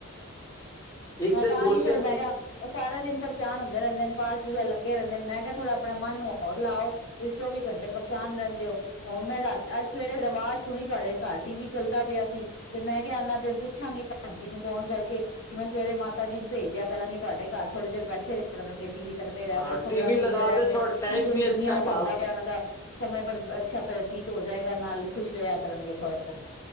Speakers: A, on the left (about 15°); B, on the left (about 55°).
A: ਇੱਕ
B: ਹਾਂ,
A: ਤੇ
B: ਤਾਂ
A: ਗੋਲੀਆਂ
B: ਹੀ ਫੇਰ ਮੈਂ ਕਿਹਾ ਉਹ ਸਾਰਾ ਦਿਨ ਪਰੇਸ਼ਾਨ ਹੁੰਦੇ ਰਹਿੰਦੇ ਨੇ ਪਾਠ ਪੂਜਾ ਲੱਗੇ ਰਹਿੰਦੇ ਨੇ ਮੈਂ ਕਿਹਾ ਥੋੜ੍ਹਾ ਆਪਣੇ ਮਨ ਨੂੰ ਹੋਰ ਲਾਓ। ਤੁਸੀਂ ਚੌਵੀ ਘੰਟੇ ਪਰੇਸ਼ਾਨ ਰਹਿੰਦੇ ਹੋ। ਹੁਣ ਮੈਂ ਰਾ ਅੱਜ ਸਵੇਰੇ ਅਵਾਜ਼ ਸੁਣੀ ਤੁਹਾਡੇ ਘਰ ਟੀ ਵੀ ਚੱਲਦਾ ਪਿਆ ਸੀ। ਤੇ ਮੈਂ ਕਿਹਾ ਉਹਨਾਂ ਦੇ ਪੁੱਛਾਂਗੀ ਭੈਣ ਜੀ ਨੂੰ ਫੋਨ ਕਰਕੇ, ਕਿ ਮੈਂ ਸਵੇਰੇ ਮਾਤਾ ਜੀ ਨੂੰ ਭੇਜ ਦਿਆ ਕਰਾਂਗੀ ਤੁਹਾਡੇ ਘਰ, ਥੋੜੇ ਚਰ ਬੈਠੇ ਰਿਹਾ ਕਰਣਗੇ। ਟੀ ਵੀ ਤੱਕਦੇ ਰਹਿੰਗੇ,
A: ਹਾਂ
B: ਖ਼ਬਰਾਂ
A: ਟੀ ਵੀ
B: ਸੁਣਦੇ
A: ਲਗਾ
B: ਰਹਿਣਗੇ,
A: ਦੇ ਥੋੜਾ ਟਾਈਮ
B: ਕੀ ਦੁ
A: ਵੀ
B: ਦੁਨੀਆਂ
A: ਅੱਛਾ
B: ਚ
A: ਪਾਸ
B: ਹੁੰਦਾ ਪਿਆ ਉਹਨਾਂ ਦਾ। ਸਮੇਂ ਪਰ ਅੱਛਾ ਬਤੀਤ ਹੋ ਜਾਏਗਾ ਨਾਲ ਖੁਸ਼ ਰਿਆ ਕਰਨਗੇ ਥੋੜਾ।